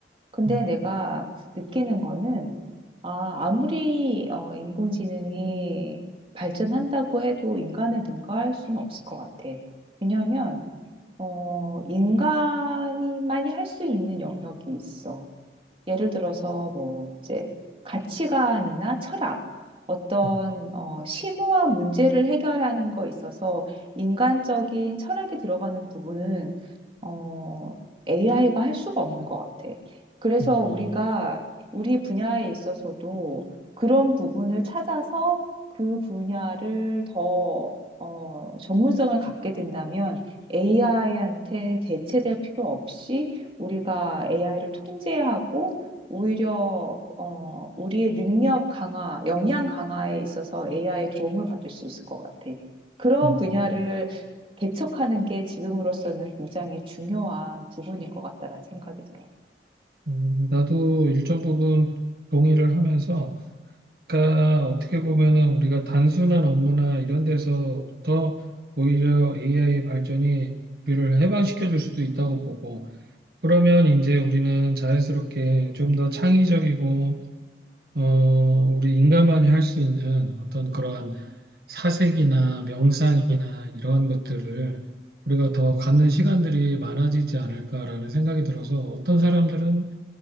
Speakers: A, on the right; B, on the right.
A: 근데
B: 음,
A: 내가 느끼는 거는 아, 아무리 어, 인공지능이 발전한다고 해도 인간을 능가할 수는 없을 것 같아. 왜냐하면 어, 인간이만이 할 수 있는 영역이 있어. 예를 들어서 뭐 이제 가치관이나 철학 어떤
B: 음,
A: 어, 심오한 문제를 해결하는 거 있어서 인간적인 철학이 들어가는 부분은 어, AI가 할 수가 없는 것 같아. 그래서
B: 음,
A: 우리가 우리 분야에 있어서도 그런 부분을 찾아서 그 분야를 더 어, 전문성을 갖게 된다면 AI한테 대체될 필요 없이 우리가 AI를 통제하고 오히려 어, 우리의 능력 강화, 역량 강화에 있어서 AI의 도움을 받을 수 있을 것 같아. 그런
B: 음,
A: 분야를 개척하는 게 지금으로서는 굉장히 중요한 부분인 것 같다라는 생각이 들어.
B: 음. 나도 일정 부분 동의를 하면서, 그러니까 어떻게 보면은 우리가 단순한 업무나 이런 데서부터 오히려 AI의 발전이 우리를 해방시켜 줄 수도 있다고 보고, 그러면 이제 우리는 자연스럽게 좀 더 창의적이고, 어, 우리 인간만이 할 수 있는 어떤 그러한 사색이나 명상이나 이러한 것들을 우리가 더 갖는 시간들이 많아지지 않을까라는 생각이 들어서 어떤 사람들은,